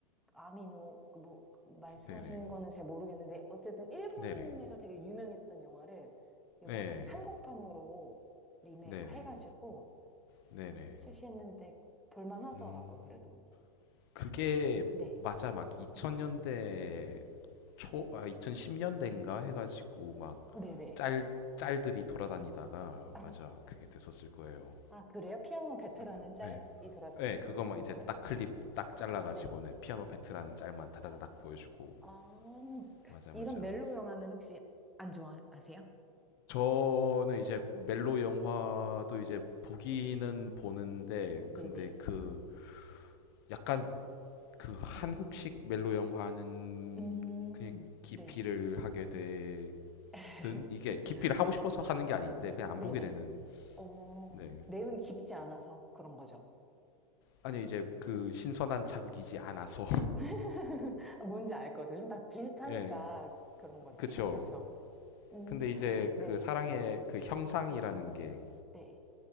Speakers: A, in the centre; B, on the left.
A: 아미노 그뭐 말씀하신
B: 네네.
A: 거는 잘 모르겠는데 어쨌든 일본에서
B: 네네.
A: 되게 유명했던 영화를 요번에
B: 예.
A: 한국판으로 리메이크
B: 네네.
A: 해가지고
B: 네네.
A: 출시했는데 볼만하더라고요
B: 음,
A: 그래도
B: 그게
A: 네
B: 맞아. 막 2000년대 초, 아, 2010년대인가 해가지고 막
A: 네네.
B: 짤, 짤들이 돌아다니다가,
A: 아,
B: 맞아. 그게 됐었을 거예요.
A: 아, 그래요? 피아노 베테랑은
B: 음,
A: 짤이
B: 예.
A: 돌아다녔던
B: 네, 그것만
A: 거예요?
B: 이제 딱 클립 딱 잘라가지고는
A: 네.
B: 피아노 페트라는 짤만 다다다닥 보여주고
A: 아,
B: 맞아
A: 이런
B: 맞아.
A: 멜로 영화는 혹시 안 좋아하세요?
B: 저는 이제 멜로
A: 네.
B: 영화도 이제 보기는 보는데
A: 네네.
B: 근데 그 약간 그 한국식 멜로 영화는
A: 음,
B: 그냥 기피를
A: 네.
B: 하게 되는
A: <laughs>
B: 이게 기피를 하고
A: 네.
B: 싶어서 하는 게 아닌데 그냥
A: 네네.
B: 안 보게 되는
A: 어,
B: 네
A: 내용이 깊지 않아서 그런 거죠.
B: 아니 이제 그 신선한 자극이지 않아서
A: <laughs> 뭔지 알 거죠. 좀 다 비슷하니까
B: <laughs> 예
A: 그런 거잖아요.
B: 그쵸
A: 그쵸? 음,
B: 근데 이제
A: 네.
B: 그 사랑의 그 형상이라는 게
A: 네.